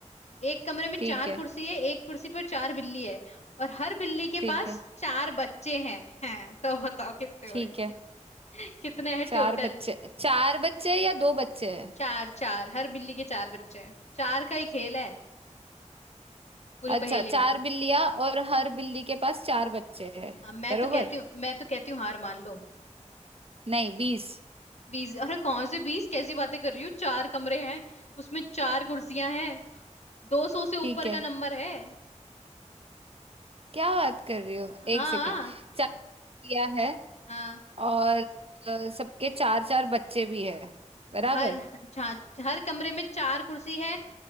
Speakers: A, on the left (about 60°); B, on the right (about 50°).
A: एक कमरे में
B: ठीक
A: चार
B: है
A: कुर्सी है एक कुर्सी पर चार बिल्ली है और हर बिल्ली के
B: ठीक
A: पास
B: है
A: चार बच्चे हैं हैं तो बताओ कितने
B: ठीक
A: हुए
B: है
A: <laughs> कितने हैं
B: चार
A: टोटल
B: बच्चे चार बच्चे या दो बच्चे हैं
A: चार चार हर बिल्ली के चार बच्चे हैं चार का ही खेल है पूरी
B: अच्छा
A: पहेली
B: चार
A: में
B: बिल्लियां और हर बिल्ली के पास चार बच्चे हैं
A: हाँ मैं
B: बरोबर
A: तो कहती हूँ मैं तो कहती हूँ हार मान लो
B: नहीं बीस
A: बीस अरे कौन से बीस कैसी बातें कर रही हो चार कमरे हैं उसमें चार कुर्सियां हैं दो सौ से ऊपर
B: ठीक है
A: का नंबर है
B: क्या बात कर रही हो एक
A: हाँ
B: सेकेंड चार बिल्लियां है
A: हाँ
B: और अ, सबके चार चार बच्चे भी है बराबर
A: हर हाँ, हर कमरे में चार कुर्सी है